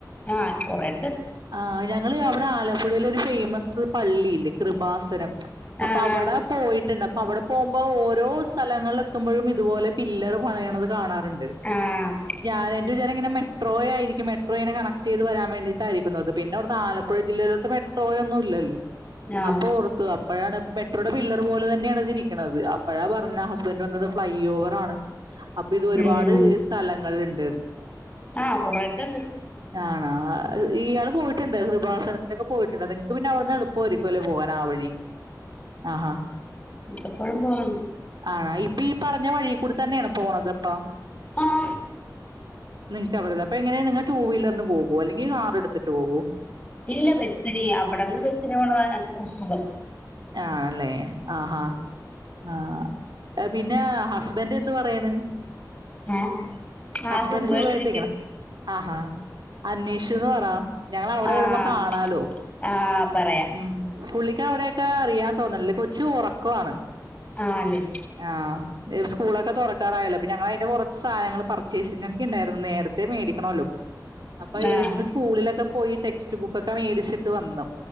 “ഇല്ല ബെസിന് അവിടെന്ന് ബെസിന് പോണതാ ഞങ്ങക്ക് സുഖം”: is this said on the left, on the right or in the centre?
Left